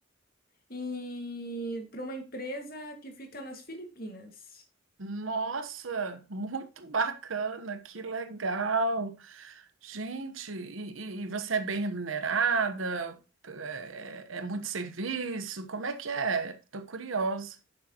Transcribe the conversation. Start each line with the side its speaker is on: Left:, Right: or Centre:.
Left: e para uma empresa que fica nas Filipinas.
Right: Nossa, muito bacana, que legal. Gente, e, e- e você é bem remunerada? É, é é muito serviço? Como é que é? Tô curiosa.